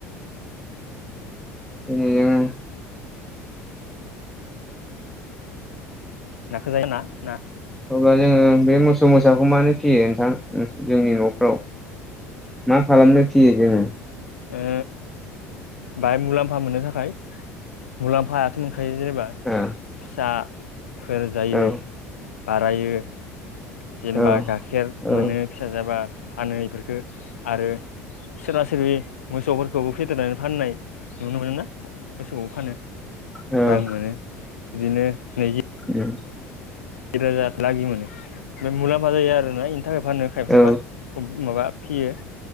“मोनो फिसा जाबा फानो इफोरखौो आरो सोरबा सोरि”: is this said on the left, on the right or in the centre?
Left